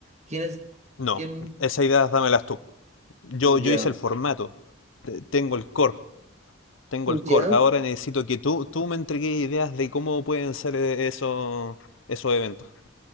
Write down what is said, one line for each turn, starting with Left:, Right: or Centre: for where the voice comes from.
Right: quién es,
Left: No,
Right: quién?
Left: Esa idea dámelas tú. Yo, yo
Right: Ya,
Left: hice el formato. te- Tengo el core, tengo el core.
Right: Ya,
Left: Ahora necesito que tú, tú me entregues ideas de cómo pueden ser eh, esos, esos eventos.